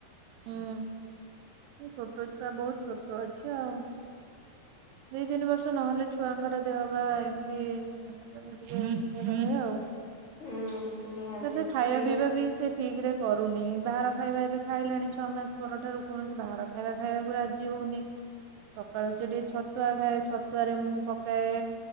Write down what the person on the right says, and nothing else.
ହୁଁ ଛୋଟ ଛୁଆ ବହୁତ ଛୋଟ ଅଛି ଆଉ। ଦୁଇ ତିନି ବର୍ଷ ନହେଲେ ଛୁଆଙ୍କର ଦେହ ବା ଏମିତି ମେ ଟିକେିକ ରହେ ଆଉ।
ମେ
ଖାଇବା ପିଇବା ବି ସେ ଠିକ ରେ କରୁନି ବାହାର ଖାଇବା ଏବେ ଖାଇଲାଣି ଛଅ ମାସ ପରଠାରୁ କୌଣସି ବାହାର ଖାଇବା ଖାଇବାକୁ ରାଜି ହଉନି। ସକାଳୁ ସେ ଟିକେ ଛତୁଆ ଖାଏ ଛତୁଆରେ ମୁଁ ପକାଏ